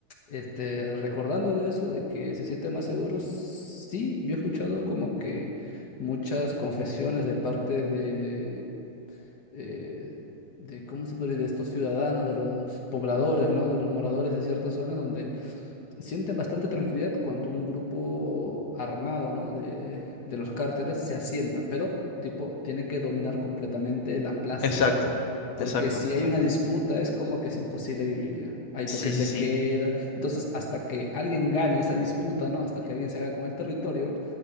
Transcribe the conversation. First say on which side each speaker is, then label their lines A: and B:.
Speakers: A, on the left; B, on the left.
A: este, recordando de eso, de que se siente más seguro, sí, yo he escuchado como que muchas confesiones de parte de, eh, de ¿cómo se puede? decir? De estos ciudadanos, de los pobladores, ¿no? De los moradores de ciertas zonas donde sienten bastante tranquilidad cuando un grupo armado, ¿no? de, de los cárteles se asienta, pero tipo tiene que dominar completamente la plaza,
B: exacto,
A: porque
B: exacto,
A: si hay
B: exacto.
A: una disputa es como que es imposible vivir ya. Hay
B: Sí,
A: toques
B: sí,
A: de
B: sí.
A: queda, entonces hasta que alguien gane esa disputa, ¿no? Hasta que alguien se haga con el territorio,